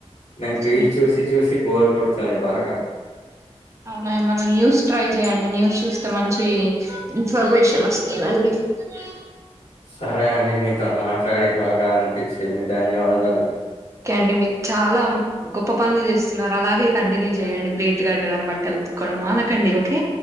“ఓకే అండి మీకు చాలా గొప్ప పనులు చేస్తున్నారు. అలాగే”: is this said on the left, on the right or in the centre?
Right